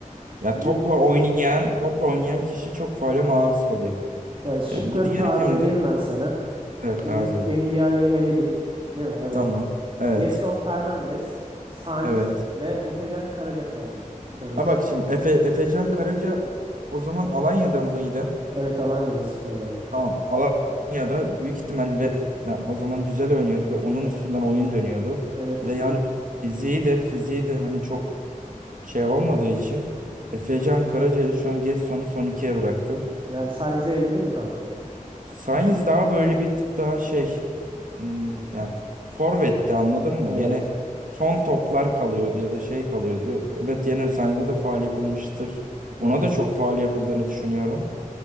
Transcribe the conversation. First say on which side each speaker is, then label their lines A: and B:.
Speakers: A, on the right; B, on the right.
A: Ya
B: Bir-
A: topla oynayan, topla oynayan kişi çok faale maruz kalıyor.
B: Evet, şıkları
A: Yani bir diğeri
B: tazeleyeyim
A: kimdi?
B: ben sana.
A: Evet
B: En-
A: Taze.
B: Endia'yı eledik. Değil mi? Evet.
A: Tamam. Evet.
B: Gelson Fernandes, Sainz
A: Evet.
B: ve Efecan Karaca kaldı. Son 3.
A: Ha bak şimdi Efe, Efecan Karaca o zaman Alanya'da mıydı?
B: Evet Alanya'da spordaydı.
A: Tamam. Alanya'da büyük ihtimalle ve ya o zaman güzel oynuyordu ve onun üstünden oyun dönüyordu.
B: Evet.
A: Ve yani
B: Mid,
A: fiziği de fiziği de hani çok şey olmadığı için Efecan Karaca'yı şu an Gedson'u son ikiye bıraktım.
B: yani Sainz'i eledin mi kanka?
A: Sainz daha böyle bir tık daha şey hmm, ya forvetti anladın mı?
B: Evet.
A: Yine son toplar kalıyordu ya da şey kalıyordu. Evet yine Sainz'e de faul yapılmıştır.
B: Evet
A: Ona
B: kanka.
A: da çok faul yapıldığını düşünüyorum.